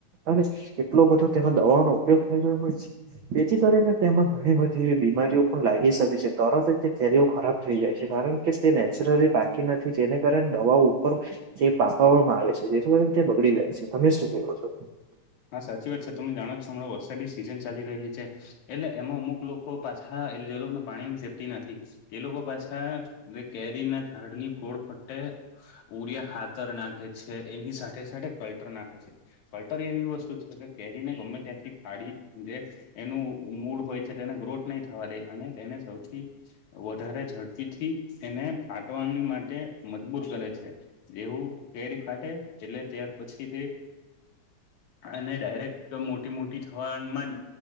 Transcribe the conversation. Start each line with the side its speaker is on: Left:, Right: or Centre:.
Right: અને કેટલો બધો તે દવા નો ઉપયોગ થઈ ગયો હોય છે તેથી કરીને તેમાં ઘણી બધી એવી બીમારીઓ પણ લાગી શકે છે તરત એ કેરીઓ ખરાબ થઈ જાય છે, કારણ કે તે નેચરલી બાકી નથી, જેને કારણે દવા ઉપર તે પાખવામાં આવે છે, જે થો તે બગડી જાય છે, તમે શું કેવો છો.
Left: હા, સાચી વાત છે, તમે જાણો છો, હમણાં વરસાદી સિઝન ચાલી રહી છે. એટલે એમાં અમુક લોકો પાછા એટલે જે લોકોને, પાણીની સેફ્ટ નથી, તે લોકો પાછા કેરીના ઝાડ ની ગોળ ફરતે. ઉરિયા ખાતર નાખે છે, એની સાથે સાથે કલટર નાખે છે. ફલ્ટર એવી વસ્તુ છે કે, કેરીને ગમે ત્યાંથી ફાડી જે એનું. મૂળ હોય છે, તેને ગ્રોથ નહીં થવા દે, અને તેને સૌથી વધારે ઝડપી થી, એને ફાટવાની માટે મજબૂર કરે છે. દેવું, કેરી ફાટે, એટલે ત્યાર પછી તે અને ડાયરેક્ટ મોટી-મોટી થવામાં